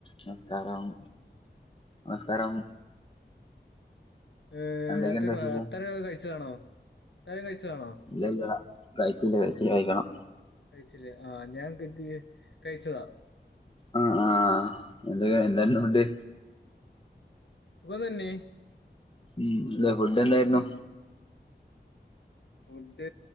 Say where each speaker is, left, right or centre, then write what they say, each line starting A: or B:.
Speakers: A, on the left; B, on the left.
A: നമസ്കാരം നമസ്കാരം.
B: ഏഹ്
A: എന്തൊക്കെയുണ്ട്
B: രാത്രി
A: വിശേഷം
B: പ അത്താഴം ഒക്കെ കഴിച്ചതാണ, അത്താഴം കഴിച്ചതാണോ?
A: ഇല്ല ഇല്ല കഴിച്ചില്ല ഇച്ചിരി കഴിക്കണം.
B: കഴിച്ചില്ലേ ആഹ് ഞാൻ <unintelligible> കഴിച്ചതാ.
A: ആഹ് ആഹ് എന്ത് എന്തായിരുന്നു ഫുഡ്.
B: സുഖം തന്നെ.
A: ഉം ഇന്ന് ഫുഡ് എന്തായിരുന്നു?
B: ഫുഡ്